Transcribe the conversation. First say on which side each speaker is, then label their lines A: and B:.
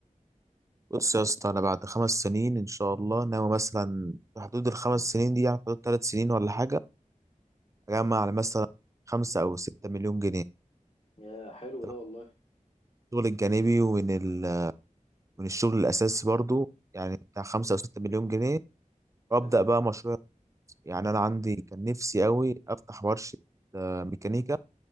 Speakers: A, on the right; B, on the left.
A: بص يا اسطى انا بعد خمس سنين ان شاء الله ناوي مثلا في حدود الخمس سنين دي يعني في حدود ثلاث سنين ولا حاجه اجمع
B: مم.
A: على مثلا خمسة او ستة مليون جنيه
B: يا حلو
A: طبعاً
B: ده والله
A: من الشغل الجانبي ومن ال... من الشغل الاساسي برضو يعني بتاع خمسة او ستة مليون جنيه وابدا
B: تمام
A: بقى مشروع يعني انا عندي كان نفسي قوي افتح ورشه آه، ميكانيكا